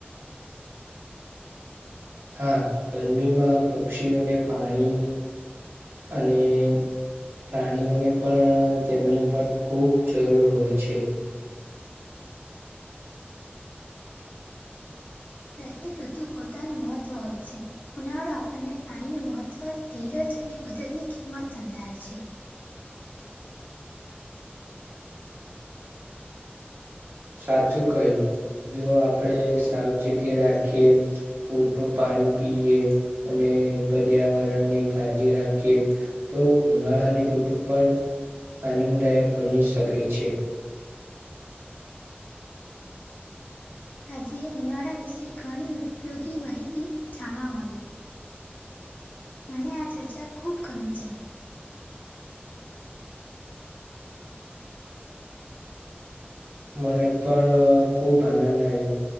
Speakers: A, on the right; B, on the left.
A: હા! ગરમીમાં પક્ષીઓને પાણી અને પ્રાણીઓને પણ તેમની પણ ખૂબ જરૂર હોય છે.
B: દરેક ઋતુ પોતાનું મહત્વ હોય છે. ઉનાળો આપણને પાણીનું મહત્વ ધીરજ અને કુદરતની કિંમત સમજાવે છે.
A: સાચું કહ્યું જો આપણેે સાવચેતી રાખીએ પૂરતું પાણી પાણી પીએ અને પર્યાવરણની કાળજી રાખીએ તો ઉનાળાની ઋતુ પણ આનંદદાયક બની શકે છે.
B: આજે ઉનાળા વિશે ઘણી ઉપયોગી માહિતી જાણવા મળી. મને આ ચર્ચા ખૂબ ગમી છે.
A: મને પણ અહ ખુબ આનંદ આયો.